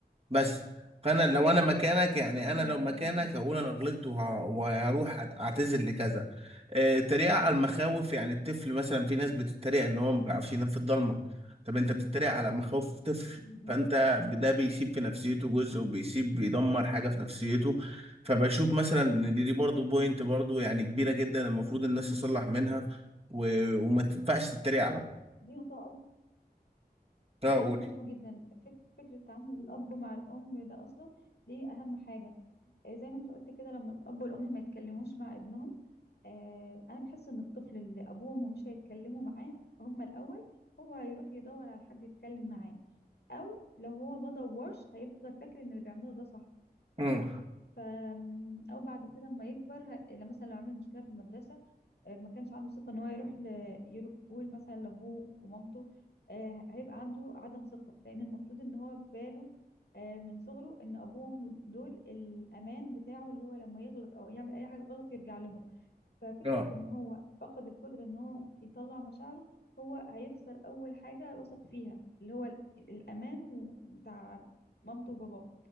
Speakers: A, on the right; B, on the left.
A: بس فانا لو انا مكانك يعني
B: فهماك
A: انا لو مكانك
B: فهماك
A: هقول انا غلطت وه- وهروح أت- اعتذر لكذا آه، التريقة على المخاوف يعني الطفل مثلا في ناس بتتريق ان هو ما بيعرفش ينام في الضلمه طب انت بتتريق على مخاوف طفل
B: أمم.
A: فانت ده بيسيب في نفسيته جزء وبيسيب بيدمر حاجه في نفسيته فبشوف مثلا ان دي, دي برضو بوينت برضو يعني كبيره جدا المفروض الناس تصلح منها و... وما تنفعش تتريق
B: صح
A: على
B: دي نقطه
A: ده
B: دي
A: اقول
B: نقطه مهمه جدا فك- فكره تعامل الاب مع الام ده اصلا دي اهم حاجه آه زي ما انت قلت كده لما الاب والام ما يتكلموش مع ابنهم آه انا بحس ان الطفل اللي ابوه وامه مش هيتكلموا معاه هما الاول هو هيروح يدور على حد يتكلم معاه او لو هو ما دورش هيفضل فاكر ان اللي بيعمله ده صح تمام
A: امم
B: ف آمم، او بعد كده لما يكبر ه... لما مثلا لو عمل مشكله في المدرسه آه، ما كانش عنده ثقه ان هو يروح ل... يرو- يقول مثلا لابوه ومامته آه، هيبقى عنده عدم ثقه لان المفروض ان هو في باله آه، من صغره ان ابوه وامه دول الامان بتاعه اللي هو لما يغلط او يعمل اي حاجه غلط يرجع لهم ففكرة
A: اه
B: ان هو فقد القدرة ان هو يطلع مشاعره هو هيخسر اول حاجة وثق فيها اللي هو ال- الامان و- بتاع مامته وباباه